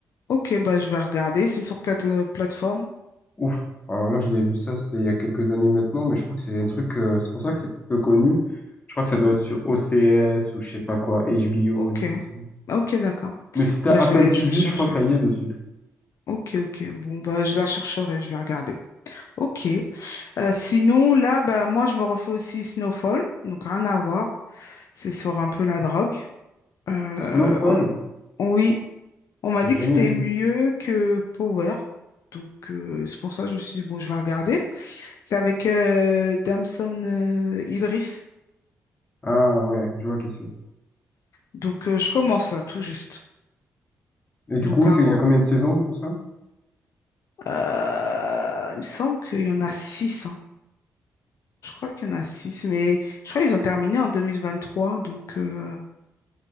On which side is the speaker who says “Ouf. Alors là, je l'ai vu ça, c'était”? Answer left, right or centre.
Left